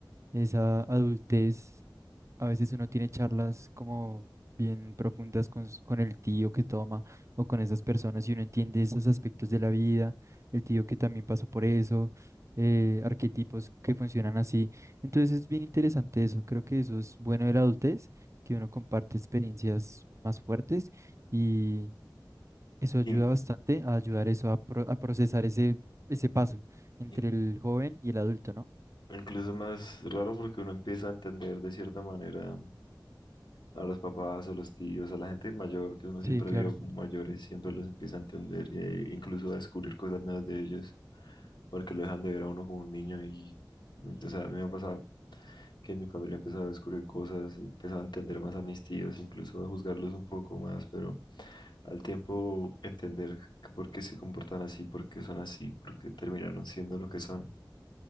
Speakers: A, on the right (about 40°); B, on the left (about 75°).
A: Esa adultez. A veces uno tiene charlas como bien profundas con, s- con el tío que toma o con esas personas y uno entiende esos aspectos de la vida, el tío que también pasó por eso, eh, arquetipos que funcionan así. Entonces es bien interesante eso. Creo que eso es bueno de la adultez, que uno comparte experiencias más fuertes y eso ayuda
B: Sí.
A: bastante a ayudar eso a, pro- a procesar ese, ese paso entre
B: in-
A: el joven y el adulto, ¿no?
B: Incluso más raro porque uno empieza a entender de cierta manera a los papás, a los tíos, a la gente mayor que uno
A: Sí,
B: siempre
A: claro,
B: vio como mayores, siempre los empieza a entender e incluso a descubrir cosas nuevas de ellos porque lo dejan de ver a uno como un niño y, mm, o sea, a mí me ha pasado que en mi familia empezaba a descubrir cosas, empezaba a entender más a mis tíos, incluso a juzgarlos un poco más, pero... al tiempo entender que por qué se comportan así, por qué son así, por qué terminaron siendo lo que son